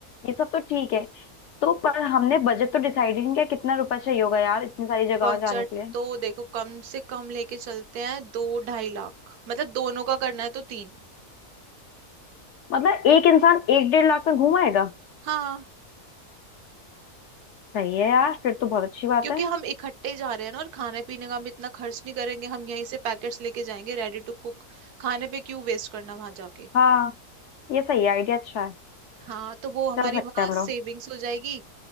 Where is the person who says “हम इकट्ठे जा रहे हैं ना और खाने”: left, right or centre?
Right